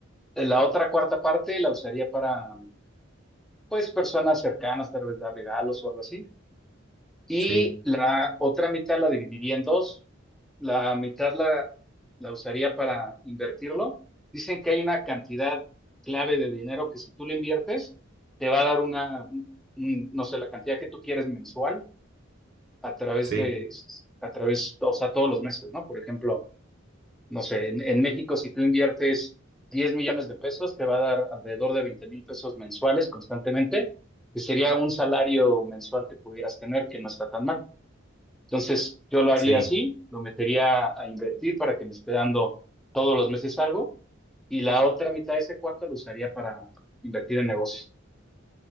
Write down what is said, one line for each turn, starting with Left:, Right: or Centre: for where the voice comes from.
Centre: Eh, La otra cuarta parte la usaría para pues personas cercanas, tal vez dar regalos o algo así. Y
Right: sí,
Centre: la otra mitad la dividiría en dos. La mitad la, la usaría para invertirlo. Dicen que hay una cantidad clave de dinero que si tú le inviertes, te va a dar una, un- no sé, la cantidad que tú quieres mensual a través
Right: sí,
Centre: de, a través, o sea, todos los meses, ¿no? Por ejemplo, no sé, en, en México si tú inviertes 10 millones de pesos, te va a dar alrededor de 20 mil pesos mensuales constantemente, que sería un salario mensual que pudieras tener, que no está tan mal. Entonces, yo lo haría
Right: sí,
Centre: así, lo metería a invertir para que me esté dando todos los meses algo, y la otra mitad de ese cuarto lo usaría para invertir en negocios.